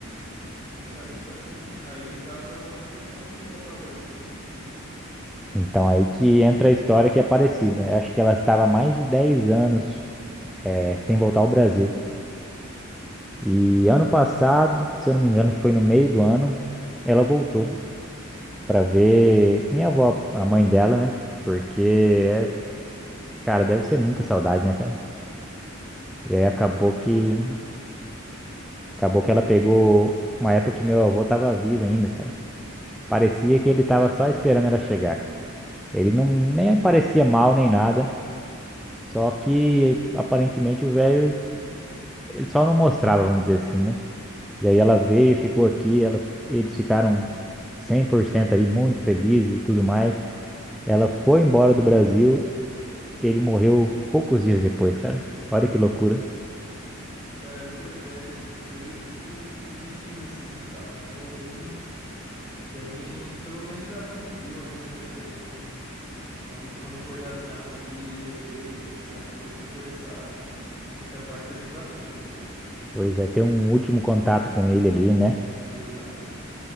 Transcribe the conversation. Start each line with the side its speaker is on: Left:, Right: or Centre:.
Left: Cara, que bacana, hein? Aí, no caso, ela tá um tempão sem voltar ao Brasil?
Centre: Então, aí que entra a história que é parecida. Eu Acho que ela estava há mais de 10 anos, é, sem voltar ao Brasil. E ano passado, se eu não me engano, foi no meio do ano, ela voltou para ver minha avó, a mãe dela, né? Porque, é, cara, deve ser muita saudade, né, cara? E aí
Left: Ah,
Centre: acabou
Left: cara,
Centre: que
Left: eu imagino, hein?
Centre: Acabou que ela pegou uma época que meu avô tava vivo ainda, cara. Parecia que ele tava só esperando ela chegar. cara. Ele não nem parecia mal nem nada, só que aparentemente o velho, ele só não mostrava, vamos dizer assim, né? E aí ela veio, ficou aqui, ela, eles ficaram 100% ali muito felizes e tudo mais. Ela foi embora do Brasil, ele morreu poucos dias depois, cara. Olha que loucura.
Left: Cara, pois é, né? Que coisa, tipo, de China assim, e tal, né? É bem, Bem, pelo menos ela conseguiu ainda, né, ter um, uma última recordação ali, rever e tudo mais, poder conversar. Essa parte é bem bacana ainda.
Centre: Pois é, ter um último contato com ele ali, né?
Left: Exato.